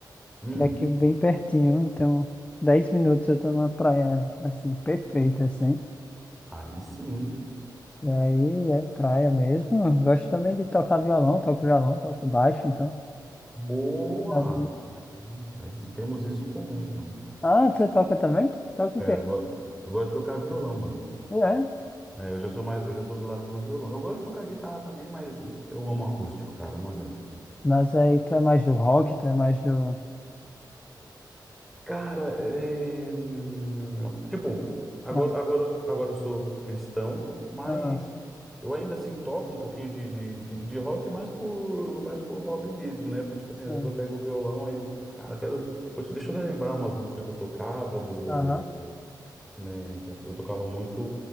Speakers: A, in the centre; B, on the left.
A: Hum,
B: que é aqui bem pertinho, então 10 minutos eu tô numa praia, assim, perfeita, assim.
A: aí sim.
B: E aí é praia mesmo. Eu Gosto também de tocar violão, toco violão, toco baixo, então.
A: Boa!
B: Mas,
A: Aí, hum, aí sim, temos isso em comum, então.
B: Ah, você toca também? Toca
A: É,
B: o quê?
A: eu, go- eu gosto de tocar violão, mano.
B: É,
A: É, eu já sou mais, eu já sou do lado do violão. Eu gosto de tocar guitarra também, mas eu amo acústico, cara, não adianta.
B: mas aí tu é mais do rock, tu é mais do...
A: Cara, é... hum, tipo, agora,
B: Mais...
A: agora, agora eu sou cristão, mas
B: Ah,
A: eu ainda assim toco um pouquinho de, de, de, de rock, mais por, mais por hobby mesmo, né? Por, tipo assim, às
B: sim.
A: vezes eu pego o violão aí eu, falo, cara, quero, putz, deixa eu relembrar umas músicas que eu tocava, do, do,
B: Aham.
A: né? que Eu, eu tocava muito,